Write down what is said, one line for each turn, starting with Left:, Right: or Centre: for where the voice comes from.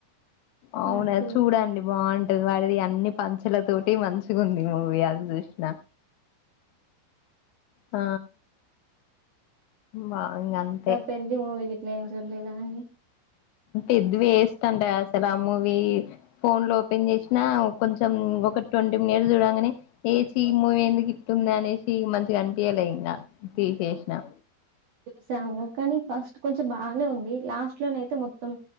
Left: అవునా
Right: అది చూ
Left: చూడండి బాగుంటది వాడిది అన్ని పంచుల తోటి మంచిగా ఉంది మూవీ ఇవాళ చూసిన ఆ బా ఇంగ అంతే
Right: ఇంకా పెద్ద మూవీకి ఇట్లా ఏం చూడలేదా అండి
Left: పెద్ది వేస్ట్ అంట అసలు ఆ మూవీ ఫోన్ లో ఓపెన్ చేసినా కొంచెం ఒక ట్వంటీ మినిట్స్ చూడంగానే ఏచీ ఈ మూవీ ఎందుకు ఇట్టుంది అనేసి మంచిగా కనిపియలే ఇంకా తీసేసిన
Right: చూసాము కానీ ఫస్ట్ కొంచెం బాగానే ఉంది లాస్ట్ లోన అయితే మొత్తం